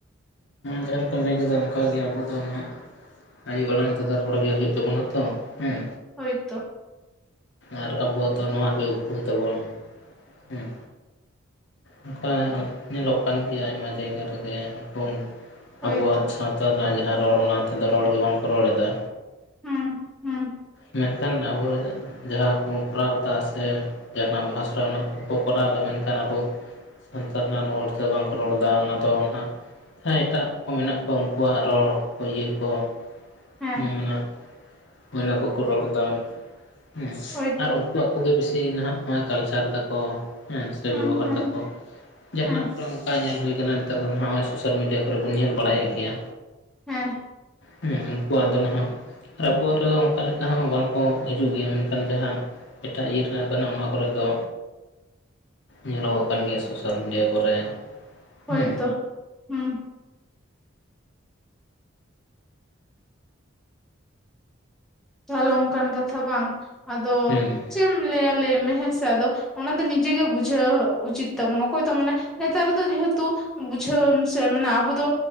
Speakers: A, on the left (about 60°); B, in the centre.
A: ᱡᱟᱦᱟᱸ ᱞᱮᱠᱟᱢ ᱞᱟᱹᱭ ᱠᱮᱫᱟ ᱚᱱᱠᱟ ᱜᱮ ᱟᱵᱚ ᱫᱚ ᱦᱟᱸᱜ ᱟᱭᱩ ᱟᱲᱟᱝ ᱛᱮᱫᱚ ᱨᱚᱲ ᱜᱮ ᱦᱩᱭᱩᱜ ᱛᱟᱵᱚᱱᱟ ᱛᱚ ᱦᱮᱸ
B: ᱦᱳᱭᱛᱚ
A: ᱟᱨ ᱟᱵᱚᱣᱟᱜ ᱫᱚ ᱱᱚᱣᱟᱜᱮ ᱩᱯᱨᱩᱢ ᱛᱟᱵᱚᱱ ᱦᱮᱸ ᱚᱱᱠᱟ ᱧᱮᱞᱚᱜ ᱠᱟᱱ ᱜᱮᱭᱟ ᱟᱭᱢᱟ ᱡᱟᱭᱜᱟ ᱨᱮᱜᱮ ᱩᱱᱠᱩ
B: ᱦᱳᱭᱛᱚ
A: ᱟᱵᱚᱣᱟᱜ ᱥᱟᱶᱛᱟ ᱨᱮᱱᱟᱜ ᱡᱟᱦᱟᱸ ᱨᱚᱲ ᱚᱱᱟ ᱛᱮᱫᱚ ᱨᱚᱲ ᱵᱟᱝᱠᱚ ᱨᱚᱲ ᱮᱫᱟ
B: ᱦᱩᱸ ᱦᱩᱸ
A: ᱢᱮᱱᱠᱷᱟᱱ ᱟᱵᱚ ᱡᱟᱦᱟᱸ ᱠᱚ ᱠᱚᱨᱟᱣ ᱮᱫᱟ ᱥᱮ ᱡᱟᱦᱟᱱᱟᱜ ᱵᱟᱦᱟ ᱥᱚᱦᱨᱟᱭ ᱚᱱᱟ ᱠᱚ ᱠᱚ ᱠᱚᱨᱟᱣ ᱮᱫᱟ ᱢᱮᱱᱠᱷᱟᱱ ᱟᱵᱚ ᱥᱟᱱᱛᱟᱲ ᱨᱮᱱᱟᱜ ᱨᱚᱲ ᱛᱮ ᱵᱟᱝᱠᱚ ᱨᱚᱲ ᱮᱫᱟ ᱚᱱᱟ ᱫᱚ ᱱᱟᱦᱟᱜ ᱦᱮᱸ ᱮᱴᱟᱜ ᱠᱚ ᱢᱮᱱᱟᱜ ᱠᱚᱣᱟ ᱩᱝᱠᱩᱣᱟᱜ ᱨᱚᱲ ᱠᱚ ᱤᱭᱟᱹ ᱠᱚ
B: ᱦᱮᱸ
A: ᱦᱩᱸ ᱚᱱᱟ, ᱚᱱᱟ ᱠᱚᱠᱚ ᱨᱚᱲ ᱮᱫᱟ ᱦᱮᱸ
B: ᱦᱳᱭᱛᱚ
A: ᱟᱨ ᱩᱱᱠᱩ <unintelligible> ᱠᱚᱜᱮ ᱵᱤᱥᱤ ᱢᱮᱱᱟᱜ ᱵᱚᱱᱟ ᱠᱟᱞᱪᱟᱨ ᱮᱫᱟᱠᱚ ᱦᱮᱸ ᱥᱮ
B: ᱦᱩᱸ
A: ᱵᱮᱵᱚᱦᱟᱨ
B: ᱦᱩᱸ
A: ᱫᱟᱠᱚ ᱡᱟᱦᱟᱱᱟᱜ
B: ᱦᱮᱸ
A: ᱠᱚᱨᱮ ᱚᱝᱠᱟ ᱧᱮᱞ ᱦᱩᱭ ᱠᱟᱱᱟ ᱱᱮᱛᱟᱨ ᱫᱚ ᱱᱚᱜ-ᱚᱭ ᱥᱳᱥᱟᱞ ᱢᱤᱰᱤᱭᱟ ᱠᱚᱨᱮ ᱵᱚᱱ ᱧᱮᱞ ᱵᱟᱲᱟᱭᱮᱫ ᱜᱮᱭᱟ
B: ᱦᱮᱸ
A: ᱦᱮᱸ ᱩᱱᱠᱩᱣᱟᱜ ᱫᱚ ᱱᱟᱦᱟᱜ ᱟᱨ ᱟᱵᱚᱣᱟᱜ ᱨᱮ ᱚᱱᱠᱟ ᱞᱮᱠᱟ ᱦᱚᱸ ᱵᱟᱝᱠᱚ ᱦᱤᱡᱩᱜ ᱜᱮᱭᱟ ᱢᱮᱱᱠᱷᱟᱱ ᱡᱟᱦᱟᱸ ᱮᱴᱟᱜ ᱤᱭᱟᱹ ᱨᱮᱱᱟᱜ ᱠᱟᱱᱟ ᱚᱱᱟ ᱠᱚᱨᱮ ᱫᱚ ᱧᱮᱞᱚᱜᱚᱜ ᱠᱟᱱ ᱜᱮᱭᱟ ᱥᱳᱥᱟᱞ ᱢᱤᱰᱤᱭᱟ ᱠᱚᱨᱮ
B: ᱦᱳᱭᱛᱳ
A: ᱦᱮᱸ
B: ᱦᱩᱸ ᱛᱟᱦᱞᱮ ᱚᱝᱠᱟᱱ ᱠᱟᱛᱷᱟ ᱵᱟᱝ ᱟᱫᱚ
A: ᱦᱮᱸ
B: ᱪᱮᱫ ᱮᱢ ᱞᱟᱹᱭᱟ ᱞᱟᱹᱭ ᱢᱮ ᱦᱮᱸ ᱥᱮ ᱟᱫᱚ ᱚᱱᱟ ᱫᱚ ᱱᱤᱡᱮ ᱜᱮ ᱵᱩᱡᱷᱟᱹᱣ ᱩᱪᱤᱛ ᱛᱟᱵᱚᱱ ᱚᱠᱚᱭ ᱫᱚ ᱢᱟᱱᱮ ᱱᱮᱛᱟᱨ ᱫᱚ ᱡᱮᱦᱮᱛᱩ ᱵᱩᱡᱷᱟᱹᱣᱮᱢ ᱥᱮ ᱢᱟᱱᱮ ᱟᱵᱚ ᱫᱚ